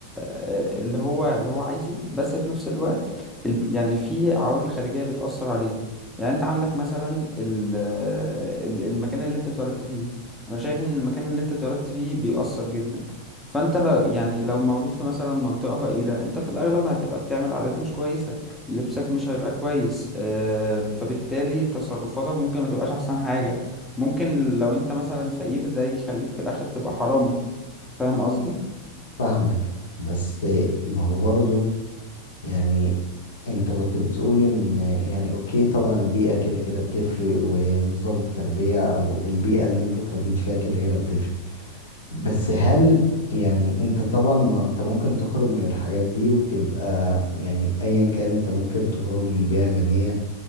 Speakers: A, in the centre; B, on the left.
A: آه، اللي هو اللي هو عايزه بس في نفس الوقت ال- يعني في عوامل خارجية بتأثر عليه يعني انت عندك مثلا ال- آه، ال- المكان اللي انت اتولدت فيه انا شايف ان المكان اللي انت اتولدت فيه بيأثر جدا فانت لو يعني لو مولود في مثلا منطقة فقيرة انت في الاغلب هتبقى بتعمل عادات مش كويسة لبسك مش هيبقى كويس آه، فبالتالي تصرفاتك ممكن ما تبقاش احسن حاجة ممكن لو انت مثلا فقير ده يخليك في الاخر تبقى حرامي فاهم قصدي
B: فاهمك بس ما هو برضه يعني انت كنت بتقول ان يعني اوكي طبعا البيئة كده كده بتفرق ونظام التربية او البيئة اللي انت اتربيت فيها كده كده بتفرق بس هل يعني انت طبعا ما انت ممكن تخرج من الحاجات دي وتبقى يعني ايا كان انت ممكن تخرج من بيئة غنية